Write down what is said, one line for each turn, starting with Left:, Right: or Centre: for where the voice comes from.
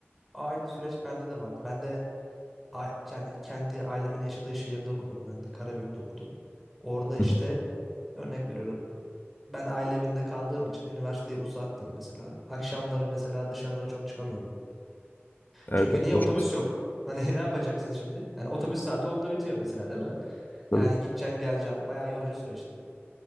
Centre: aynı süreç bende de vardı. Ben de a- yani kendi ailemin yaşadığı şehirde okudum. Ben de Karabük'te okudum. Orada işte
Left: Hı hı.
Centre: örnek veriyorum. Ben aile evinde kaldığım için üniversiteye uzaktım mesela. Akşamları mesela dışarılara çok çıkamıyordum.
Left: Evet
Centre: Çünkü
Left: evet
Centre: niye
Left: o
Centre: otobüs
Left: çok sıkıntı
Centre: yok? Hani <laughs> ne yapacaksın şimdi? Yani otobüs saati onda bitiyor mesela değil mi?
Left: tabii.
Centre: Yani gideceksin geleceksin. Bayağı yorucu süreçti.